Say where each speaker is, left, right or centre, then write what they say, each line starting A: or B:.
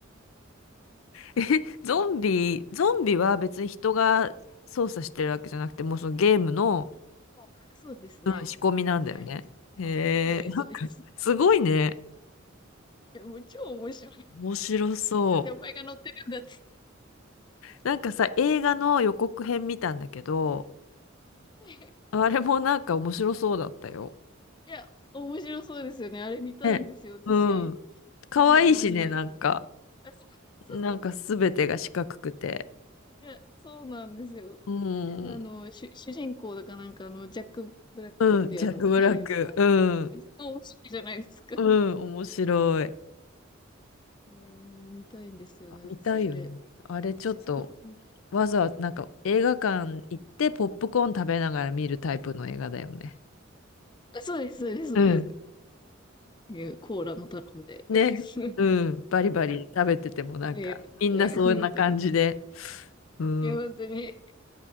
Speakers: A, on the left; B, on the left.
A: え、ゾンビ、ゾンビは別に人が操作してるわけじゃなくて、もうそのゲームの、
B: そうそうですね。
A: うん仕込みなんだよね。
B: はい。
A: へえ、
B: はい、
A: なんかすごいね。
B: そうです。いやもう超面白い。
A: 面白そう。
B: なんでお前が乗ってるんだっつ
A: なんかさ、映画の予告編見たんだけど、
B: って。
A: あれもなんか面白そうだったよ。
B: いや、面白そうですよね。あれ見たいんですよ、
A: ね。
B: 私。
A: うん。可愛いしね、
B: 実写版になってる。
A: なんか。
B: あそう、そうなんです。
A: なんかすべてが四角くて。
B: いや、そうなんですよ。
A: う
B: であの、
A: ん。
B: 主、主人公だかなんかあの、ジャック・ブラックっていうあの、
A: うん、ジャック・ブラック。
B: 俳優さん。
A: うん。
B: すごい面白いじゃないですか。
A: うん、面白い。
B: いやー、もう見たいんですよね、
A: あ見たいよね。
B: 私あれ。
A: あれちょっと
B: <laughs>
A: わざわざなんか映画館行ってポップコーン食べながら見るタイプの映画だよね。
B: あ、そうです、そうです、そうです。
A: うん。
B: いやコーラも頼んで。
A: ね。
B: <laughs>
A: うん。バリバリ食べててもなんかみんなそんな感じで。
B: いや、いや、本当い
A: うん。
B: や、本当に。